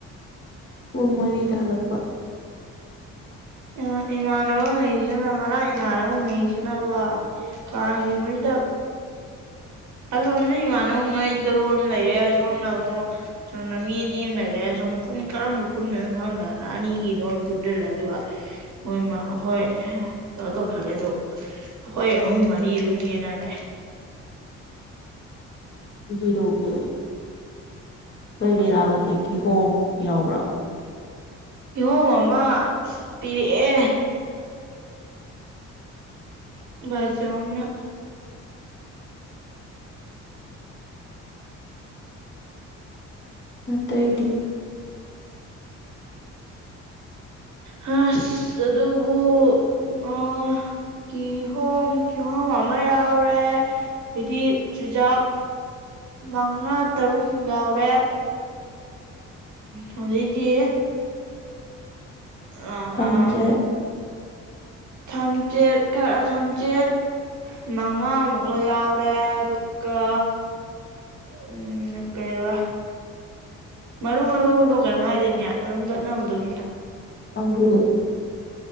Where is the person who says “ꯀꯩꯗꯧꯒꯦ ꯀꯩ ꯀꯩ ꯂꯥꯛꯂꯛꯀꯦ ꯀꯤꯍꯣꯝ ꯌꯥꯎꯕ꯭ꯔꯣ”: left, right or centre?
Left